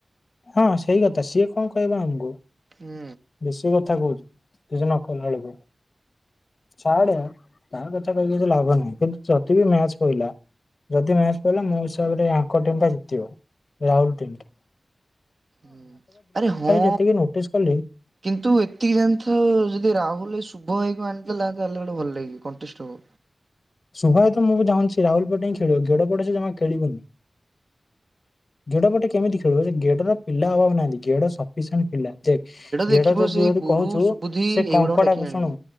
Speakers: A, on the left; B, on the right.
A: ହଁ ସେଇ କଥା, ସିଏ କଣ କହିବ ଆମକୁ?
B: ହୁଁ।
A: ବେଶୀ କଥା କହୁଛୁ କିଛି ନ କଲା ବେଳକୁ। ଛାଡ ତା କଥା କହି କିଛି ଲାଭ ନାହିଁ, କିନ୍ତୁ ଯଦି ବି ମ୍ୟାଚ ପଇଲା ଯଦି ମ୍ୟାଚ ପଇଲା ମୋ ହିସାବରେ ୟାଙ୍କ ଟିମଟା ଜିତିବ ରାହୁଲ ଟିମଟା।
B: ହ ଆରେ ହଁ
A: ଯେତିକି ନୋଟିସ୍ କଲି
B: କିନ୍ତୁ ଏତିକି ଜାଣିଥା ଯଦି ରାହୁଲ ଏ ଶୁ କୁ ଆଣିିଦେଲା ତାହାଲେ ଗୋଟେ ଭଲ ଲାଗିବ, କଣ୍ଟେଷ୍ଟ ହବ।
A: ଶୁଭୟ ତ ମୁଁ ବି ଚାହୁଁଛି ରାହୁଲ ପଟେ ହିଁ ଖେଳିବ ଗେଡ଼ ପଟେ ସେ ଜମା ଖେଳିବନି। ଗେଡ ପଟେ କେମିତି ଖେଳିବ ଗେଡ ର ପିଲା ହଉ ନାହାନ୍ତି, ଗେଡ଼ ସଫିସେଣ୍ଟ ପିଲା ଦେଖ
B: ଦେଖିବ
A: ଗେଡ
B: ସେଇ
A: ଯ-ଯଦି
B: ଗୁରୁ
A: କହୁଛୁ,
B: ସୁବୁଧି
A: ସେ
B: ଏଇଗୁଡାଙ୍କୁ
A: କଙ୍କଡାକୁ
B: ଡାକି ଆଣିବ।
A: ଶୁଣୁ